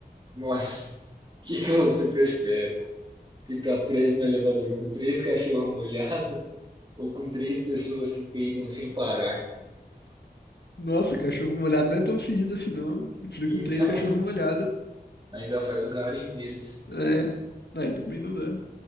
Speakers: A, on the right; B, on the left.
A: Nossa. O que, que você prefere? Ficar preso no elevador com três cachorros molhados ou com três pessoas que peidam sem parar?
B: Nossa, cachorro molhado não é tão fedido assim, não. Eu fico
A: Então,
B: com três cachorros molhados.
A: ainda faz um carinho neles.
B: É. Não, aí também não dá.